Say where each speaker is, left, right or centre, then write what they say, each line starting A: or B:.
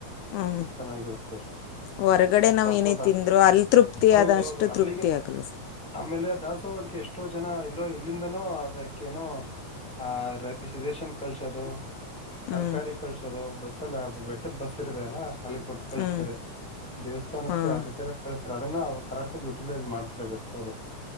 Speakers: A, on the left; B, in the centre.
A: ಹ್ಞೂ
B: ಚೆನ್ನಾಗಿರುತ್ತೆ
A: ಹೊರಗಡೆ ನಾವವು
B: ಪ್ರಸಾದ
A: ಏನೇ ತಿಂದ್ರು ಅಲ್ಲಿ ತೃಪ್ತಿ
B: ಹೌದೌದು
A: ಆದ ಆದ ಅಷ್ಟು
B: ಅಲ್ಲಿಗೆ
A: ತೃಪ್ತಿ ಆಗ್ಲ್ಲ
B: ಆಮೇಲೆ ದಾಸೋಹಕ್ಕೆ ಎಷ್ಟೋ ಜನ ಎಲ್ಲೋ ಇಲ್ಲಿಂದನೋ ಅದಕ್ಕ ಏನೋ ಆ ರೇಷನ್ ಕಳಸೋದು
A: ಹ್ಞೂ
B: ತರಕಾರಿ ಕಳಸೋದು ಬಸ್ಲ್ಲಿ ಬೆಟ್ಟದ ಬಸ್ ಇರದೆ ಅಲ್ಲ ಅಲ್ಲಿ ಕೊಟ್ಟು ಕಳಿಸತಾರೆ
A: ಹ್ಞೂ ಹಾಂ
B: ದೇವಸ್ಥಾನಕ್ಕೆ
A: ಹಾಂ
B: ಆ ರೀತರ ಕಾರೆ ಅದನ್ನ ಕರೆಕ್ಟ್ಾಗಿ ಯುಟಿಲೈಸ್ ಮಾಡ್ತಾರೆಟ್ಟ ಅವರು